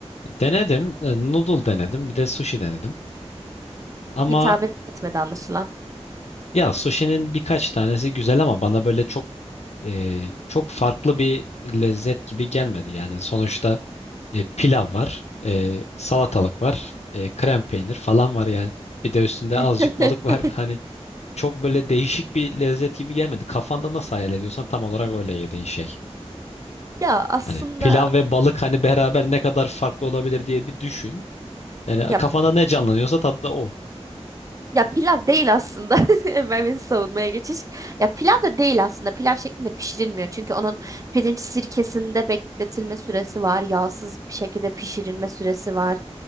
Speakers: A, on the left; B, on the right.
A: Denedim. e, Noodle denedim. Bir de sushi denedim. Ama
B: Hitap etmedi anlaşılan.
A: Ya sushi'nin birkaç tanesi güzel ama bana böyle çok e, çok farklı bir lezzet gibi gelmedi. Yani sonuçta e, pilav var, e, salatalık var, e, krem peynir falan var yani. Bir de üstünde
B: <laughs>
A: azıcık balık var. <laughs> Hani çok böyle değişik bir lezzet gibi gelmedi. Kafanda nasıl hayal ediyorsan tam olarak öyle yediğin şey.
B: Ya aslında
A: Hani pilav ve balık hani beraber ne kadar farklı olabilir diye bir düşün. Yani
B: ya
A: kafanda ne canlanıyorsa tadı da o.
B: Ya pilav değil aslında. <laughs> Hemen beni savunmaya geçiş. Ya pilav da değil aslında. Pilav şeklinde pişirilmiyor. Çünkü onun pirinç sirkesinde bekletilme süresi var. Yağsız bir şekilde pişirilme süresi var.